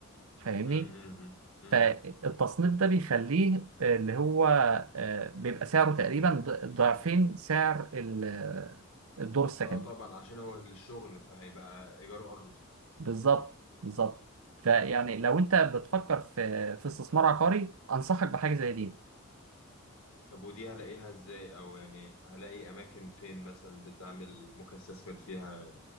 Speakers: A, on the right (about 70°); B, on the left (about 75°).
A: فاهمني
B: امم امم
A: فالتصنيف ده بيخليه آه، اللي هو آه، بيبقى سعره تقريبا ض- ضعفين سعر ال- آه، الدور السكني
B: اه طبعا عشان هو الشغل فهيبقى ايجاره اغلى
A: بالظبط بالظبط فيعني لو انت بتفكر في في استثمار عقاري انصحك بحاجه زي دي
B: طب ودي هلاقيها ازاي او يعني هلاقي اماكن فين مثلا بتعمل ممكن استثمر فيها